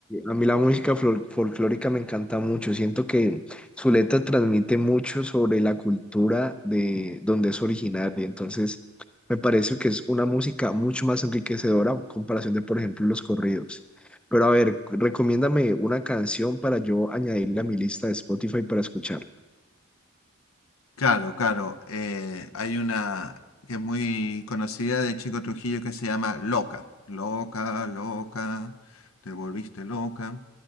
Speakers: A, in the centre; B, on the left (about 80°).
A: A mí la música flor- folclórica me encanta mucho. Siento que su letra transmite mucho sobre la cultura de donde es originaria. Entonces, me parece que es una música mucho más enriquecedora en comparación de, por ejemplo, los corridos. Pero a ver, recomiéndame una canción para yo añadirla a mi lista de Spotify para escucharla.
B: Claro, claro. eh, hay una que es muy conocida de Chico Trujillo que se llama Loca. Loca, loca, te volviste loca.